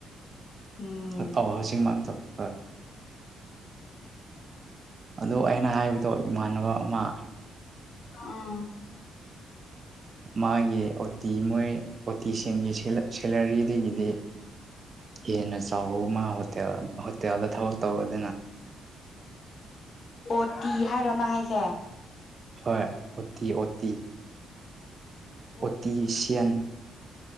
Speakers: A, on the left; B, on the right.
A: ꯎꯝ
B: ꯍꯣꯏ ꯇꯧꯔ‌ꯣ ꯍꯖꯤꯛ ꯃꯥꯡꯇꯣ ꯈꯔ ꯑꯗꯣ ꯑꯩꯅ ꯍꯥꯏꯕꯗꯣ ꯏꯃꯥꯟꯅꯕ ꯑꯃ
A: ꯑꯥ
B: ꯃꯥꯒꯤ ꯑꯣꯇꯤ ꯃꯣꯏ ꯑꯣꯇꯤꯒꯤ ꯁꯦꯂꯔꯤꯗꯒꯤꯗꯤ ꯍꯦꯟꯅ ꯆꯥꯎꯕ ꯑꯃ ꯍꯣꯇꯦꯜ ꯍꯣꯇꯦꯜꯗ ꯊꯕꯛ ꯇꯧꯕꯗꯅ
A: ꯑꯣ ꯇꯤ ꯍꯥꯏꯔꯣ ꯅꯪ ꯍꯥꯏꯁꯦ
B: ꯍꯣꯏ ꯑꯣꯇꯤ ꯑꯣꯇꯤ ꯑꯣꯇꯁꯤꯌꯥꯟ
A: ꯑꯣ